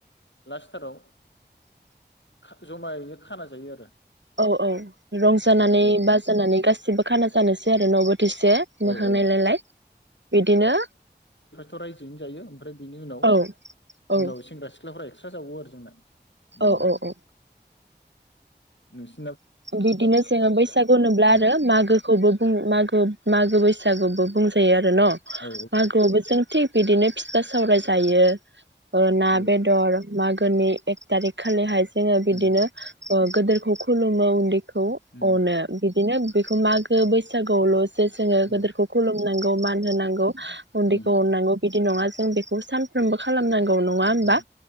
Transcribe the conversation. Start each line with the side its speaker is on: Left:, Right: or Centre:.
Left: लास्टथाराव खा जमायैनो खाना जायो आरो
Right: औ औ रंजानानै
Left: बिदि औ
Right: बाजानानै गासिबो खाना जानोसै आरो न' बोथिसे मोखां
Left: औ औ
Right: नायलायलाय बिदिनो
Left: थ रायजोनो जायो ओमफ्राय बिनि उनाव
Right: औ औ
Left: उनाव सेंग्रा सिख ख्लाफ्रा एक्सट्रा जावो आरो जोंना। उम।
Right: औ औ औ
Left: नोंस
Right: बिदिनो जोङो बैसागु नुब्ला
Left: उम
Right: आरो मागोखौबो मागो मागो बैसागुबो बुंजायो आरो न
Left: औ
Right: मागोआवबो जों थि बिदिनो फिथा सावराय जायो ओ ना,
Left: औ
Right: बेदर मागोनि एक तारिक खालिहाय जोङो बिदिनो
Left: उम
Right: ओ गोदोरखौ खुलुम मो उन्दै खौ
Left: उम
Right: अनो बिदिनो बेखौ मागो बैसागोआवल' जे जोङो
Left: औ
Right: गोदोरखौ खुलुमनांगौ मान होनांगौ उन्दैखौ
Left: उम
Right: अननांगौ। बिदि नङा जों बेखौ सानफ्रोमबो खालामनांगौ नङा होनबा
Left: औ